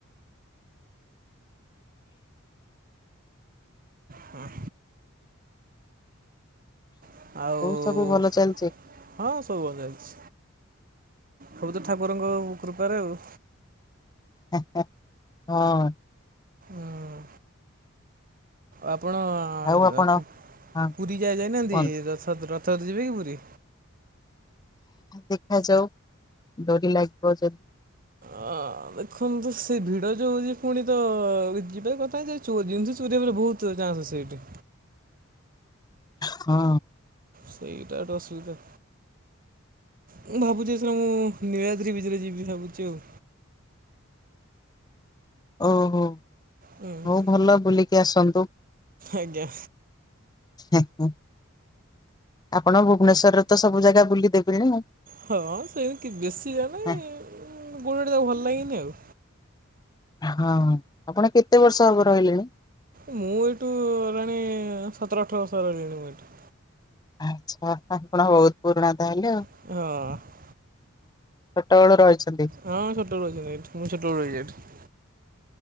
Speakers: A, on the right; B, on the left.
A: ହଁ। ଆଉ
B: ସବୁ ଭଲ ଚାଲିଛି
A: ହଁ ସବୁଭଲ ଅଛି ସବୁତ ଠାକୁରଙ୍କ କୃପାରେ ଆଉ।
B: ହେ ହେ ହଁ।
A: ଆଉ ଆପଣ
B: ଆଉ ଆପଣ
A: ପୁ
B: ହଁ
A: ପୁରୀ ଯାହା ଯାଇନାହାନ୍ତି,
B: କୁହନ୍ତୁ
A: ରଥ ରଥତ୍ ଯିବେ କି ପୁରୀ?
B: ଦେଖାଯାଉ ଡୋରି ଲାଗିବ ଯଦି
A: ଅ ଦେଖନ୍ତୁ ସେଇ ଭିଡ ଯୋଉ ହଉଛି ପୁଣି ତ ଯିବା କ <unintelligible> ଚୋ ଜିନଷ ଚୋରି ହେଲେ ବହୁତ ଚାନ୍ସ ସେଇଠି।
B: ହଁ।
A: ସେଇଟାତ ଅସୁବିଧା। ମୁଁ ଭାବୁଛି ସାର୍ ମୁଁ ନୀଳାଦ୍ରି ବିଜେରେ ଯିବି ଭାବୁଛି ଆଉ।
B: ଓହୋ
A: ହୁଁ
B: ହଉ ଭଲ ବୁଲିକି ଆସନ୍ତୁ।
A: ଆଜ୍ଞା।
B: ଆଜ୍ଞା ଆପଣ ଭୁବନେଶ୍ୱର ରେ ତ ସବୁ ଜାଗା ବୁଲି ଦେବେଣି ଆଉ।
A: ହଁ ସେମିତି କି ବେଶୀ ଯା ନାହିଁ
B: ହେଁ,
A: ଗୋଟେ ଗୋଟେ ଜାଗା ଭଲ ଲାଗେନି ଆଉ।
B: ହଁ ଆପଣ କେତେ ବର୍ଷ ହେବ ରହିଲେଣି?
A: ମୁଁ ଏଇଠୁ ହେଲାଣି ସତର ଅଠର ବର୍ଷ ରହିଲଲିଣି ମୁଁ ଏଇଠୁ।
B: ଆଚ୍ଛା ଆପଣ ବହୁତ ପୁରୁଣା ତାହେଲେ ଆଉ।
A: ହଁ।
B: ଛୋଟବେଳୁ ରହିଛନ୍ତି।
A: ହଁ ଛୋଟବେଳୁ ରଇଚନ୍ତି ଏଠି ମୁଁ ଛୋଟବେଳୁ ରହିଛି ଏଠି।